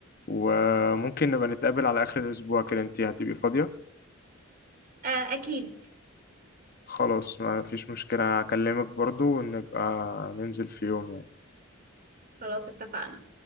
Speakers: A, on the left; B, on the right.
A: وممكن نبقى نتقابل على اخر الاسبوع كده انتي هتبقي فاضية
B: آه اكيد
A: خلاص ما فيش مشكلة هكلمك برضو ونبقى ننزل في يوم يعني
B: خلاص اتفقنا